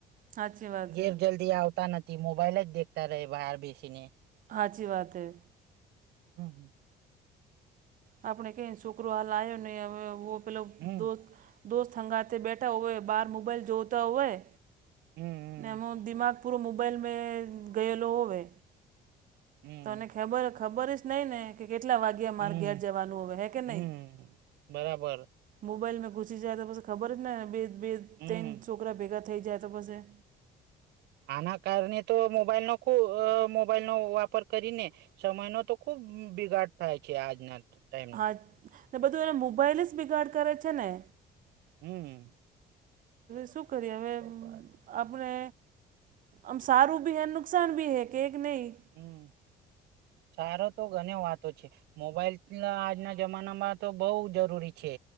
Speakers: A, on the right (about 50°); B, on the right (about 75°).
A: સાાચી વાત
B: ઘેર
A: હે.
B: જલ્દી આવતા નથી મોબાઈલ જ દેખતા રહે બહાર બેસીને
A: હાચી વાત હૈ.
B: હમ્મ
A: આપણે કે છોકરો લાયો નહી, હવે એવું આ પેલા
B: હમ
A: દો દોસ્ત હંગાથે બેઠા હોવે, બહાર મોબાઈલ જોતા હોય.
B: હમ
A: ને એમ દિમાગ પૂરો મોબાઈલ મે ગયેલો હોવે.
B: હમ
A: તોને ખબર ખબર જ નહી ને કે કેટલા વાગ અમારે
B: હમ હમ
A: ઘેર જવાનું હવે હે કે
B: હમ
A: નહી.
B: બરાબર
A: મોબાઈલમાં ઘુસી જાય તો પછી ખબર જ નેને બે બે
B: હમ
A: તન છોકરા ભેગા થઈ જાય તો પછી
B: આના કારણે તો મોબાઈલનો ખુબ, મોબાઈલનો વાપર કરીને સમયનો તો ખુબ બિગાડ થાય છે. આજના ટાઈમ
A: હા બધું એને મોબાઈલ જ બિગાડ કરે છે ને.
B: હમ્મ
A: શું કરીએ હવે?
B: વાત
A: આપણે અમ સારું ભી હૈ, નુકસાન ભી હૈ કેક નહીં.
B: હમ. સારો તો ઘણી વાતો છે. મોબાઈલના આજના જમાનામાં તો બહુ જરૂરી છે.